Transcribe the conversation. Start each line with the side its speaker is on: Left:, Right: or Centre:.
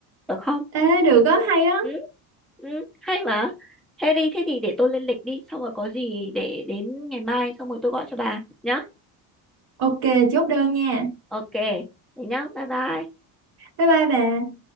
Centre: được không
Right: Ê, được đó hay đó
Centre: Ừ, ừ, hay mà. Thế đi, thế thì để tôi lên lịch đi, xong rồi có gì để đến ngày mai xong rồi tôi gọi cho bà nhá.
Right: ok chốt đơn nha
Centre: Ok, thế nhá, bye bye.
Right: bye bye bà